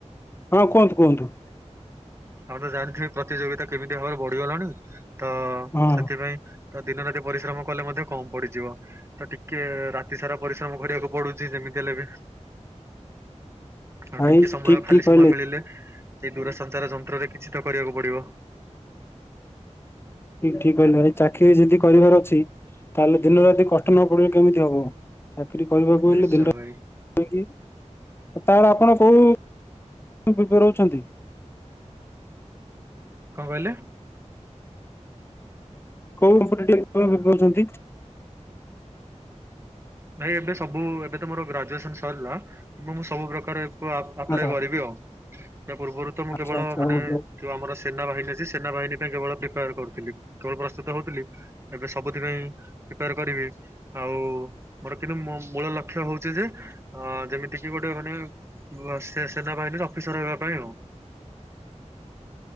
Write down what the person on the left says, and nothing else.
ହଁ କୁହନ୍ତୁ କୁହନ୍ତୁ।
ହଁ
ଭାଇ
ଠିକ
ଠିକ
କହିଲେ।
ଠିକ ଠିକ କହିଲେ ଭଇ ଚାକିରି ଯିଦି କରିବାର ଅଛି ତାହେଲେ ଦିନ ରାତି କଷ୍ଟ ନ ପଡିଲେ କେମିତି ହବ? ଚାକିରି କରିବାକୁ ହେଲେ
ଦିନ
<inaudible> କି ଓ ତାହେଳେ ଆପଣ କୋଉ ପୁ-ପୁ-ରହୁଛନ୍ତି?
କୋଉ କମ୍ଫଟେଟିଏ କଣ କରୁଛନ୍ତି।
ଆଚ୍ଛା
ଆଚ୍ଛା
ଆଚ୍ଛା
ଓହୋ